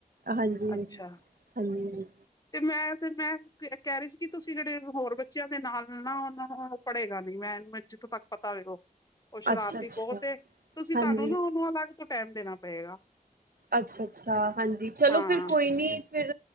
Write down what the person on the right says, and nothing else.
ਹਾਂਜੀ,
ਹਾਂਜੀ।
ਅੱਛਾ ਅੱਛਾ
ਹਾਂਜੀ।
ਅੱਛਾ ਅੱਛਾ, ਹਾਂਜੀ, ਚਲੋ
ਫਿਰ ਕੋਈ ਨ ਫਿਰ